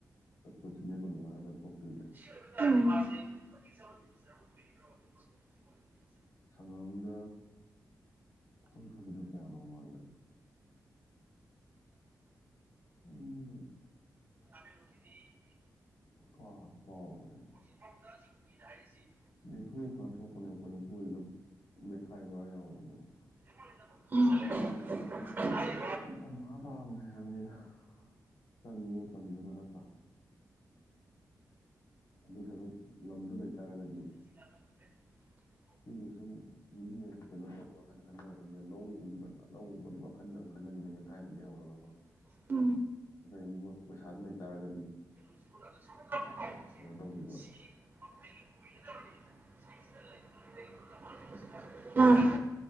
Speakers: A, on the left; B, on the right.
A: <unintelligible> ꯀꯨꯟꯃꯉꯥ ꯅꯠꯇ꯭ꯔ ꯊꯣꯛꯇꯣꯏꯁꯦ
B: ꯎꯝ
A: ꯁꯪꯒꯝꯗ ꯑꯈꯣꯢ ꯊꯣꯛꯈꯤꯕꯗꯨ ꯀ꯭ꯌꯥꯅꯣ ꯃꯃꯥꯡꯗ <unintelligible> ꯎꯝ
B: <unintelligible>
A: ꯀꯥꯎꯕꯨ ꯀꯥꯎꯒ꯭ꯔꯦꯅꯦ
B: <unintelligible> ꯍꯥꯏꯔꯤꯁꯤ
A: ꯅꯤꯝꯐꯨ ꯈꯔ ꯊꯣꯛꯄꯅꯦꯕꯀꯣ ꯅꯤꯝꯐꯨꯗꯨꯗ ꯕꯦꯛꯈꯥꯏ ꯕꯣꯔꯥ ꯌꯥꯎꯕꯅꯦꯕꯀꯣ
B: ꯎꯝ
A: ꯑꯗꯨꯝ ꯑꯝꯍꯥ ꯇꯥꯕꯅꯦ ꯍꯥꯏꯕꯅꯤꯗ ꯆꯪꯉꯤ ꯃꯇꯝꯗꯨꯒ ꯅꯠꯇ꯭ꯔꯥ ꯑꯗꯨ ꯁꯔꯨꯛ ꯂꯝꯗꯨ ꯂꯩꯇꯥꯔꯒꯗꯤ
B: <unintelligible>
A: ꯁꯤꯖꯦ ꯁꯨꯝ꯫ ꯕꯤꯖꯤꯅꯦꯁ ꯀꯩꯅꯣ ꯇꯧꯕꯒꯤ ꯋꯥꯈꯜꯗ ꯈꯟꯗꯕꯩꯅꯦ ꯂꯧꯒꯤ <unintelligible> ꯂꯧ ꯎꯕꯒꯤ ꯋꯥꯈꯟꯗ ꯑꯗꯨꯝ ꯈꯟꯅꯈꯤꯕꯩꯅꯦꯕ ꯊꯥꯏꯅꯗꯒꯤ ꯍꯧꯔꯒꯀꯣ꯫
B: <unintelligible>
A: ꯑꯗꯩꯃꯨꯛ ꯄꯩꯁꯥꯗꯨ ꯂꯩꯇꯥꯥꯔꯒꯗꯤ꯫
B: <unintelligible>
A: ꯀꯩꯅꯣ ꯇꯧꯕꯤꯕ
B: <unintelligible>